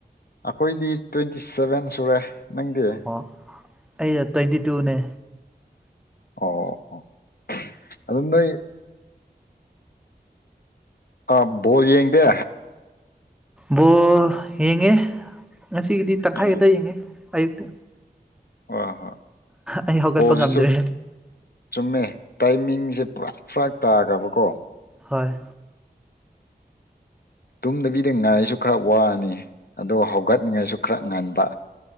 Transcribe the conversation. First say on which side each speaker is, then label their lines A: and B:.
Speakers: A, on the left; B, in the centre.
A: ꯑꯩꯈꯣꯏꯗꯤ ꯇ꯭ꯋꯦꯟꯇꯤ ꯁꯚꯦꯟ ꯁꯨꯔꯦ ꯅꯪꯗꯤ
B: ꯑꯣ ꯑꯩ ꯇ꯭ꯋꯦꯟꯇꯤ ꯇꯨꯅꯦ
A: ꯑꯣ ꯑꯣ ꯑꯗꯨꯅ ꯑ ꯕꯣꯜ ꯌꯦꯡꯗꯦ
B: ꯕꯣꯜ ꯌꯦꯡꯉꯦ ꯉꯁꯤꯒꯤꯗꯤ ꯇꯪꯈꯥꯏ
A: ꯎꯝ
B: ꯈꯛꯇ ꯌꯦꯡꯉꯦ ꯑꯌꯨꯛꯇ
A: ꯑ ꯍ
B: ꯑꯩ ꯍꯧꯒꯠꯄ ꯉꯝꯗ꯭ꯔꯦ
A: ꯖꯤꯁꯨ ꯆꯨꯝꯃꯦ ꯇꯥꯏꯃꯤꯡꯁꯦ ꯄꯨꯔꯥ ꯐꯔꯥ ꯇꯥꯈ꯭ꯔꯕꯀꯣ
B: ꯍꯣꯏ
A: ꯇꯨꯝꯗꯕꯤꯗ ꯉꯥꯏꯁꯨ ꯈꯔ ꯋꯥꯅꯤ ꯑꯗꯣ ꯍꯧꯒꯠꯅꯤꯡꯉꯥꯏꯁꯨ ꯈꯔ ꯉꯟꯕ